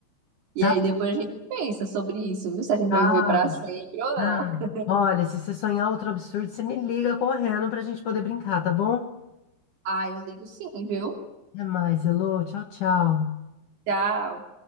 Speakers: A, on the right; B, on the left.
A: e
B: Tá,
A: aí depois a gente pensa sobre isso, viu? Se a gente
B: tá.
A: vai viver pra sempre ou não.
B: tá. Olha, se você sonhar outro absurdo, você me liga correndo pra gente poder brincar, tá bom?
A: Ah, eu ligo sim, viu?
B: Até mais, Elô. Tchau, tchau.
A: Tchau.